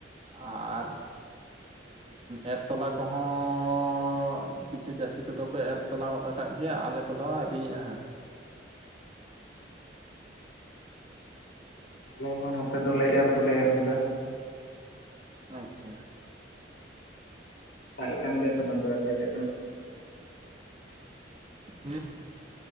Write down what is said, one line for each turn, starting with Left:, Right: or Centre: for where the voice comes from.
Right: ᱟᱨ ᱮᱨ ᱛᱚᱞᱟ ᱠᱚᱦᱚᱸ ᱠᱤᱪᱷᱩ ᱪᱟᱹᱥᱤ ᱠᱚᱫᱚ ᱠᱚ ᱮᱨ ᱛᱚᱞᱟ ᱜᱚᱫ ᱟᱠᱟᱫ ᱜᱮᱭᱟ᱾ ᱟᱞᱮ ᱠᱚᱫᱚ ᱟᱹᱣᱨᱤ ᱭᱟᱜᱼᱟ ᱦᱟᱸᱜ᱾
Left: ᱟᱞᱮ ᱦᱚᱸ ᱱᱚᱛᱮ ᱫᱚᱞᱮ ᱮᱨ ᱫᱚᱞᱮ ᱮᱨ ᱠᱮᱫᱟ᱾
Right: ᱟᱪᱪᱷᱟ᱾
Left: ᱫᱟᱜ ᱮᱜ ᱠᱟᱱ ᱜᱮᱭᱟ ᱛᱚᱵᱮ ᱚᱱᱛᱮ ᱫᱚ ᱯᱮ ᱥᱮᱫ ᱫᱚ?
Right: <unintelligible>